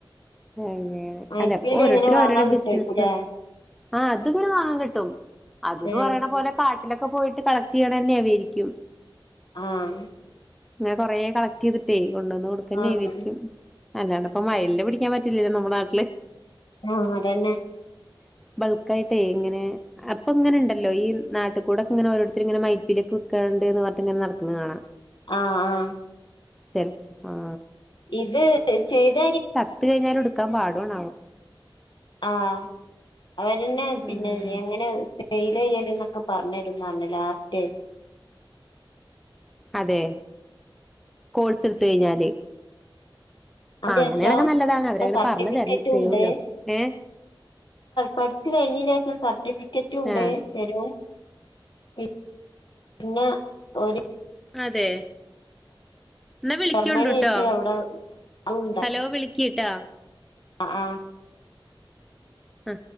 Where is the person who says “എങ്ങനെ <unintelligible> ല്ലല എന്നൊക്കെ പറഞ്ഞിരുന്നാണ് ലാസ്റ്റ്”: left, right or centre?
Left